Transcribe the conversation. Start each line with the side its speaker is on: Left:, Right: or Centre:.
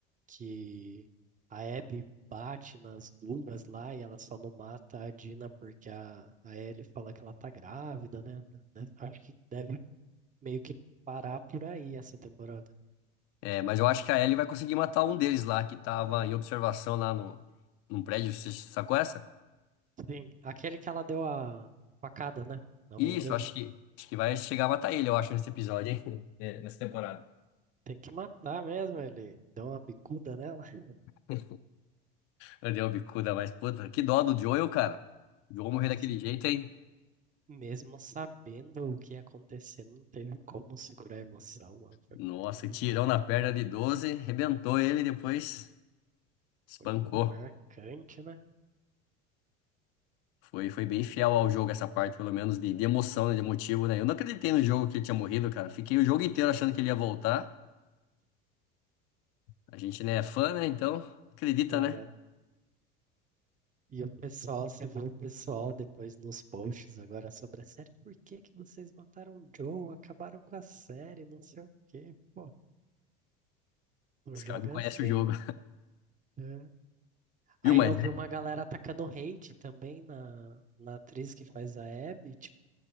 Right: que a Abby bate nas duas lá e ela só não mata a Dina porque a, a Ellie fala que ela tá grávida, né? Deve- Acho que deve meio que parar por aí essa temporada.
Left: É, mas eu acho que a Ellie vai conseguir matar um deles lá que tava em observação lá no num prédio, você sacou essa?
Right: Sim, aquele que ela deu a facada, né? Na
Left: Isso,
Right: mão dele.
Left: acho que acho que vai chegar a matar ele, eu acho, nesse episódio, hein? <laughs> É, nessa temporada.
Right: Ah, Tem que matar mesmo, ele deu uma bicuda nela. <laughs>
Left: <laughs> Eu dei uma bicuda, mas puta, que dó do Joel, cara. O Joel
Right: Nossa,
Left: morrer daquele jeito, hein?
Right: mesmo sabendo o que ia acontecer, não teve como segurar a emoção, mano. Foi
Left: Nossa,
Right: muito,
Left: tirão na perna de 12 rebentou ele e depois espancou.
Right: foi muito marcante, né?
Left: Foi, foi bem fiel ao jogo essa parte, pelo menos de, de emoção, né, de motivo, né? Eu não acreditei no jogo que ele tinha morrido, cara. Fiquei o jogo inteiro achando que ele ia voltar. A gente, né, é fã, né? Então, acredita,
Right: Aham.
Left: né?
Right: E o pessoal, você viu o pessoal depois nos posts agora sobre a série, por que que vocês mataram o Joe, acabaram com a série, não sei o quê. Pô, o
Left: Os
Right: jogo
Left: caras não conhecem
Right: é assim,
Left: o jogo.
Right: né? É.
Left: <laughs>
Right: Aí
Left: Viu, mas
Right: eu vi
Left: né?
Right: uma galera atacando hate também na, na atriz que faz a Abby, tipo,